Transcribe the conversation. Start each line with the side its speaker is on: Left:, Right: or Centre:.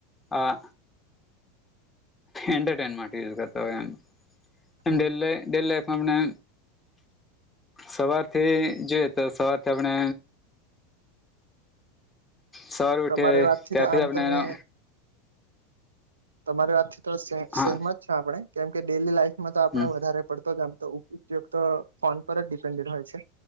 Left: આ એન્ટરટેનમેન્ટ માટે યુઝ કરતા હોય એમ.
Right: હા
Left: <unintelligible> ડેલી લાઈફમાં આપણે સવારથી જોઈએ તો સવારથી આપણે સવારે ઉઠે
Right: તમારી વાતથી
Left: ત્યાથી
Right: તો આમ
Left: તમને
Right: તમે
Left: એનો
Right: તમારી વાતથી થી તો સે
Left: હા
Right: સહેમત છે આપણે કેમ કે ડેલી લાઈફમાં તો આપણે
Left: હમ
Right: વધારે પડતો જ આમ તો ઉપ ઉપયોગ તો ફોન પર જ ડિપેન્ડેડ હોય છે